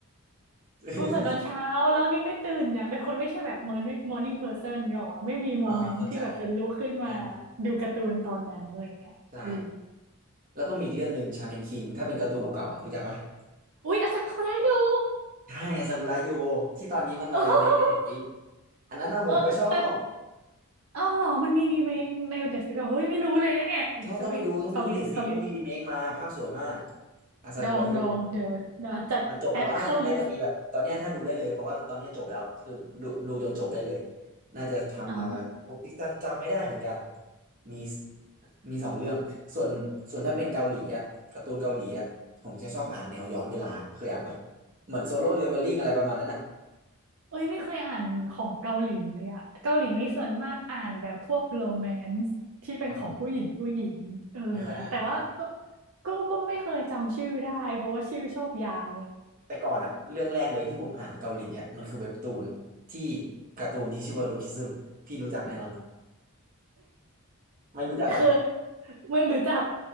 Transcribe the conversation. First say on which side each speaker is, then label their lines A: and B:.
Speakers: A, on the right (about 40°); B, on the right (about 70°).
A: <laughs>
B: มันเปิดตอนเช้าแล้วนี่ไม่ตื่นเนี่ยเป็นคนไม่ใช่แบบมอร์นิ่งมอร์นิ่งเพอร์เซนเนี่ยหรอกวะไม่มีโมเมนต์ที่แบบจะลุกขึ้นมา
A: อ๋อเข้าใจเออ
B: ดูการ์ตูนตอนนั้นอะไรเงี้ยเออ
A: ใช่แล้วก็มีอีกเรื่องหนึ่งชาแมนคิงถ้าเป็นการ์ตูนเก่าๆอ่ะรู้จักปะ
B: อุ้ยอาซาคุระอยู่
A: ใช่ซากุระโยที่ตอนนี้มันมารีเมคในเน็ตฟลิก
B: เออ
A: อันนั้นนะผมก็ชอบ
B: <laughs> เออแต่ เอ้าเหรอมันมีรีเมคในเน็ตฟลิกซ์เฮ้ยไม่รู้เลยนะเนี่ยต้องไปเข้าลิสต์เข้าลิสต์
A: ชอบต้องไปดูต้องไปดูในเน็ตฟลิกก็มีรีเมคมาภาพสวยมากอาซากุระโย
B: ดองดองเดี๋ยวเดี๋ยวจัดแอดเข้าลิสต์
A: มันจบแล้วมั้งมันน่าจะมีแบบตอนเนี้ยถ้าดูได้เลยเพราะว่าตอนเนี้ยจบแล้วคือดูดูจนจบได้เลยน่าจะทำมาพวกติกตันจำไม่ได้เหมือนกัน
B: อ่า
A: มีมีสองเรื่องส่วนส่วนถ้าเป็นเกาหลีอ่ะการ์ตูนเกาหลีอ่ะผมจะชอบอ่านแนวย้อนเวลาเคยอ่านปะเหมือนโซโล่เลเวลลิ่งอะไรประมาณนั้นอ่ะ
B: เอ้ยไม่เคยอ่านของเกาหลีเลยอะเกาหลีนี่ส่วนมากอ่านแบบพวกโรแมนซ์ที่เป็นของผู้หญิงผู้หญิงเออแต่ว่าก็
A: อ๋อไม่ค่อยอ่านเหมือนกัน
B: ก็ก็ไม่เคยจำชื่อได้เพราะว่าชื่อชอบยาว
A: แต่ก่อนอะเรื่องแรกเลยที่ผมอ่านเกาหลีอะมันคือเว็บตูนที่การ์ตูนที่ชื่อว่าลูคิซึมพี่รู้จักแน่นอนไม่รู้จักเหรอ
B: คือไม่รู้จัก